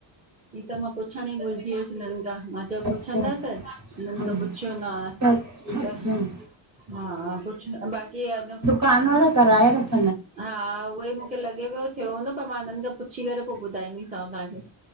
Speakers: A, on the right; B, on the right.
A: ही त मां पुछंण ही भुलिजी वियसि हिनखां मां चयो
B: अच्छा
A: पुछंदस, हिननि
B: हा
A: त पुछियो नाहे
B: त
A: त
B: अच्छा
A: हा कुछ न ॿाक़ी <unintelligible>
B: कानवर कराए वठ्
A: हा उहई मुखे लॻे पियो थियो हुन्दो पर मां हिननि खां पुछी करे पो ॿुधाईंदीसांव तहांखे